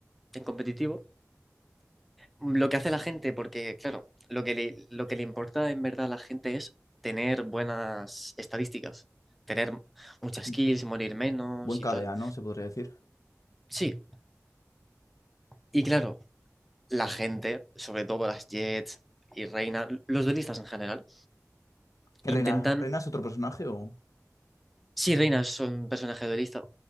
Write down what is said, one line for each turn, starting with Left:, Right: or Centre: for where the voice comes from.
Centre: en competitivo, lo que hace la gente, porque claro, lo que le, lo que le importa en verdad a la gente es tener buenas estadísticas, tener muchas
Left: un
Centre: kills, morir menos
Left: buen KDA,
Centre: y tal.
Left: ¿no? Se podría decir.
Centre: Sí, y claro, la gente, sobre todo las Jets y Reina, los duelistas en general,
Left: ¿Que
Centre: intentan...
Left: Reina, Reina es otro personaje o...?
Centre: Sí, Reina son un personaje duelista,